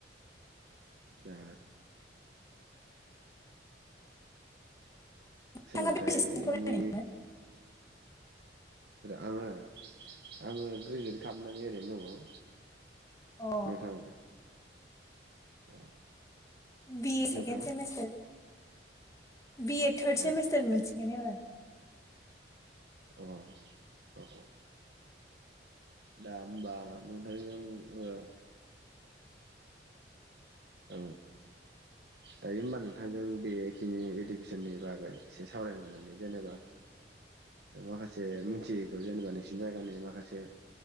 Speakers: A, on the right (about 60°); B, on the left (about 15°).
A: दा
B: नोंथाङा
A: सोलोंथाइनि
B: बेसेसिम फरायनाय
A: आङो आङो ग्रेजुवेट खालामनानै ओरैनो दङ।
B: अ
A: नोंथाङालाय? औ
B: बि ए
A: नोंथाङा
B: सेकेण्ड सेमेस्टार बि एड थार्द सेमिस्टार
A: अ
B: मोनसिगोन एबार।
A: अ अ औ औ दा होमबा नोंथां ओ औ दायो होमबा नोंथांजों बेखिनि इडुकेसननि बागै एसे सावरायनो मोननानै जेनेबा माखासे मिथियैखौ जेनेबा नोंसिनि जायगानि माखासे